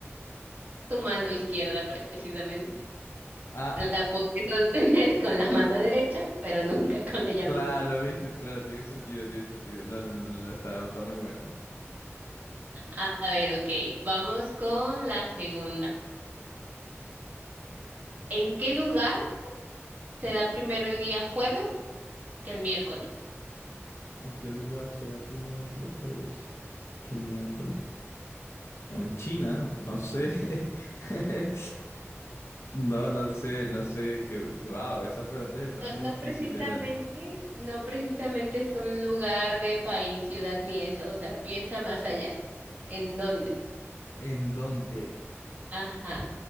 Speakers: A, on the right; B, on the left.
A: Tu mano izquierda, precisamente.
B: Ah,
A: La puedes sostener con la mano derecha, pero nunca con ella
B: Claro,
A: misma.
B: viste, claro, tiene sentido, tiene sentido. No, no, no, no, no, está, está muy buena.
A: A a ver, ok, vamos con la segunda. ¿En qué lugar se da primero el día jueves que el miércoles?
B: ¿En qué lugar se da primero el día jueves que el miércoles? En China, no sé. <laughs> No, no sé, no sé. Que, wow, esas preguntas están
A: No,
B: muy
A: no
B: difíciles,
A: precisamente,
B: Dani.
A: no precisamente es un lugar de país, ciudad ni eso, o sea, piensa más allá. ¿En dónde?
B: ¿En dónde?
A: Ajá,